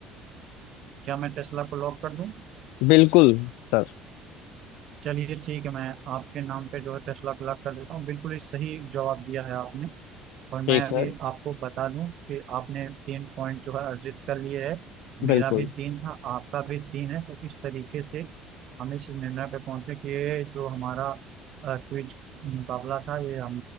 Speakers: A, on the right; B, on the left.
A: क्या मैं टेस्ला को लॉक कर दूं
B: बिल्कुल सर
A: चलिए ठीक है मैं आपके नाम पे जो है दस लाख लाख कर देता हूँ बिल्कुल ही सही जवाब दिया है आपने और मैं
B: ठीक
A: अभी
B: है
A: आपको बता दूं कि आपने तीन पॉइंट जो है अर्जित कर लिए है मेरा
B: बिल्कुल
A: भी तीन था आपका भी तीन है तो इस तरीके से हम इस निर्णय पे पहुंचे कि ये जो हमारा क्विज मुकाबला था ये हम